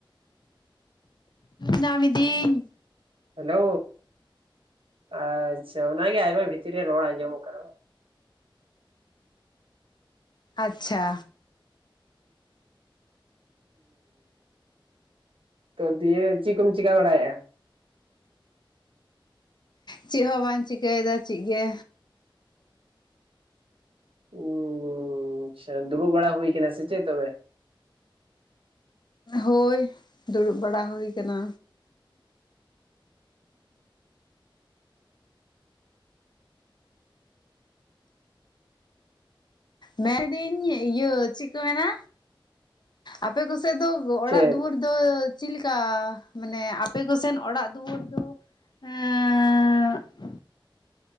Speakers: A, on the left; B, on the right.
A: ᱧᱟᱢᱫᱤᱧ
B: ᱦᱮᱞᱳ ᱟᱪᱪᱷᱟ ᱚᱱᱟᱜᱮ ᱟᱭᱢᱟ ᱵᱷᱤᱛᱤᱨ ᱨᱮ ᱨᱚᱲ ᱟᱸᱡᱚᱢ ᱠᱟᱱ
A: ᱟᱪᱪᱷᱟ
B: ᱛᱚ ᱫᱤᱭᱮ ᱪᱮᱫ ᱠᱚᱢ ᱪᱤᱠᱟ ᱵᱟᱲᱟᱭᱮᱜ-ᱟ?
A: ᱪᱮᱫ ᱦᱚ ᱵᱟᱝ ᱪᱮᱠᱟᱹᱭᱫᱟ ᱪᱮᱜᱜᱮ᱾
B: ᱩᱸᱻ ᱟᱪᱪᱷᱟ ᱫᱩᱲᱩᱵ ᱵᱟᱲᱟ ᱦᱩᱭ ᱠᱟᱱᱟ ᱥᱮ ᱪᱮᱫ ᱛᱚᱵᱮ?
A: ᱦᱳᱭ ᱫᱩᱲᱩᱵ ᱵᱟᱲᱟ ᱦᱩᱭ ᱠᱟᱱᱟ ᱢᱮᱱᱫᱟᱹᱧ ᱤᱭᱟᱹ ᱪᱮᱫ ᱠᱚ ᱢᱮᱱᱟ ᱟᱯᱮ ᱠᱚᱥᱮᱫ ᱫᱚ ᱚᱲᱟᱜ
B: ᱪᱮᱫ
A: ᱫᱩᱣᱟᱹᱨ ᱫᱚ ᱪᱮᱫ ᱞᱮᱠᱟ? ᱢᱟᱱᱮ ᱟᱯᱮ ᱠᱚᱥᱮᱱ ᱚᱲᱟᱜ ᱫᱩᱣᱟᱹᱨ ᱫᱚ ᱮᱸᱜᱻ